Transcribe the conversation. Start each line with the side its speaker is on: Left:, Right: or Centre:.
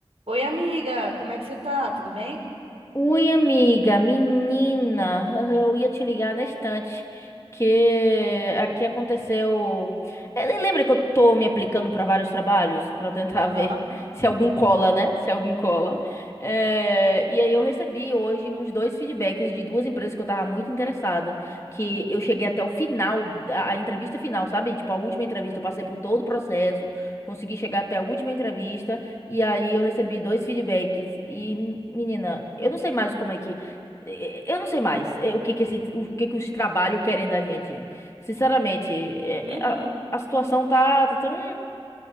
Right: Oi, amiga, como é que você tá? Tudo bem?
Left: Ui, amiga, menina, <laughs> eu ia te ligar na estante que aqui aconteceu. Eh, Lembra que eu tô me aplicando para vários trabalhos para tentar
Right: Aham.
Left: ver <laughs> se algum cola, né? Se algum cola. Eh, e aí eu recebi hoje uns dois feedbacks de duas empresas que eu tava muito interessada, que eu cheguei até o final, a, a entrevista final, sabe? Tipo, a última entrevista, eu passei por todo o processo, consegui chegar até a última entrevista. E aí eu recebi dois feedbacks e, menina, eu não sei mais como é que eh, eu não sei mais eh, o que que esse, o que que os trabalhos querem da gente. Sinceramente, eh,
Right: Uhum.
Left: a, a situação tá, tá tão.